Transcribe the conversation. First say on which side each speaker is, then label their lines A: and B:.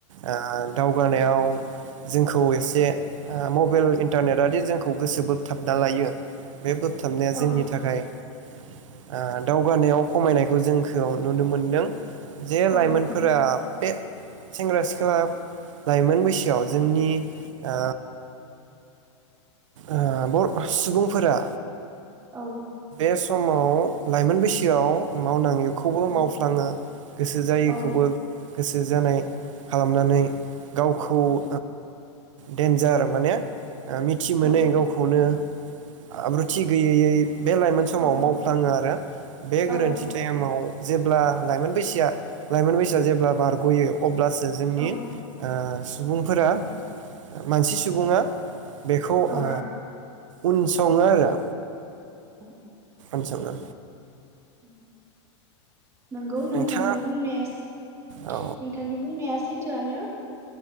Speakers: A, on the right; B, on the right.
A: आ दावगा नायाव जोंखौ एसे ओ मबाइल इन्टारनेटआदि जोंखौ गोसो बोबथाबना लायो बे बोबथाबनाया जोंनि
B: औ
A: थाखाय ओ दावगानायाव खमायनायखौ जोंखौ नुनो मोनदों जे लाइमोनफोरा
B: औ नंगौ
A: बे सेंग्रा सिख्ला लाइमोन बैसोआव जोंनि ओ ओ बर ' सुबुंफोरा
B: औ
A: बे समाव लाइमोन बैसोआव मावनाङै खौबो
B: औ
A: मावफ्लाङो गोसो जायैखौबो
B: औ
A: गोसो जानाय खालामनानै गावखौ ओ देन्जार माने ओ मिथि मोनै
B: औ
A: गावखौनो आब्रुथि गोयै यै बे लाइमोन समाव
B: औ
A: मावफ्लाङो आरो बे
B: औ
A: गोरोन्थि टाइमाव जेब्ला लाइमोन बैसोआ लाइमोन बैसोआ जेब्ला बारगयो अब्लासो जोंनि
B: औ
A: ओ सुबुंफोरा मानसि सुबुङा बेखौ
B: औ
A: ओ उन सङो आरो
B: <unintelligible>
A: सावना
B: उम नोंगौ नोंथांनि
A: नोंथाङा
B: बुंनाया सो
A: औ
B: नोंथांनि बुंनाया सैथो। थोआनो